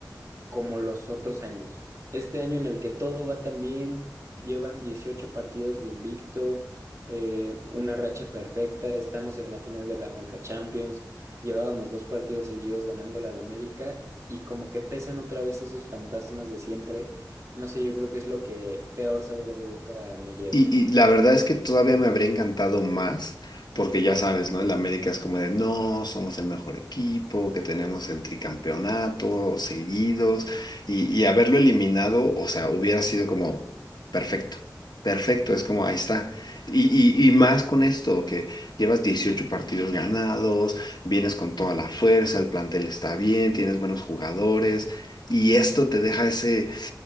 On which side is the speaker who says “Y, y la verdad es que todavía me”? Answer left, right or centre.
Left